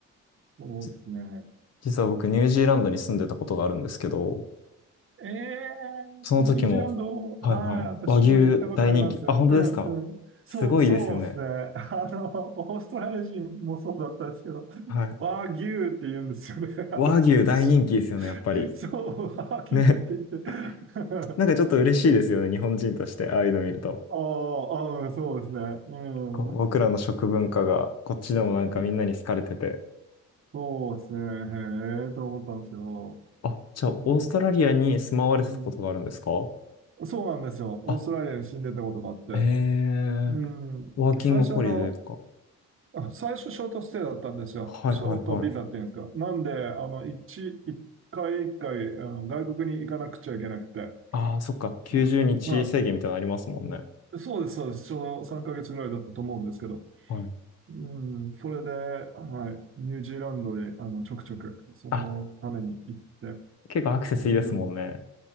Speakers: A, on the right; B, on the left.
A: そうですね。
B: じ実は僕、ニュージーランドに住んでたことがあるんですけど、
A: ええニュージーランド、
B: その時も、はいはい。
A: はい、私も行ったことあります。
B: 和牛大人気。あ、
A: うんうん。
B: 本当ですか
A: そう、
B: すごいですよね。
A: そうですね。あの、オーストラリア人もそうだったんですけど、
B: はい。
A: 和牛って言うんですよね、<laughs> あの人たち。
B: 和牛大人気ですよね、やっぱり。
A: そう、和牛って言って。
B: ね。
A: <laughs>
B: <laughs> なんかちょっと嬉しいですよね、日本人として、ああいうの見ると。
A: ああ、うんそうですね。うん。
B: こ僕らの食文化が、
A: う
B: こっちでもなんかみんなに好かれてて。
A: んそうですね。へえ、と思ったんですけど。
B: あ、じゃあ、
A: うん
B: オーストラリアに住まわれてたことがあるんですか
A: うんそうなんですよ。オーストラリアに死んでたことがあって。
B: あ、へえ、
A: うん。
B: ワーキングホリデーと
A: 最初あの、あ最初ショートステイだったんですよ。
B: か。はいはいはい。
A: ショートビザっていうんですか。なんで、あの、一、一回一回、あの、外国に行かなくちゃいけなくて。
B: ああ、そっか。90日制限みたいなのありますもんね。
A: まあはい。そうです、そうです。ちょうど3ヶ月ぐらいだったと思うんですけど。
B: はい。
A: うん、それで、はい。ニュージーランドに、あの、ちょくちょく、そのために行って。
B: あ、結構アクセスいいですもんね。
A: うん。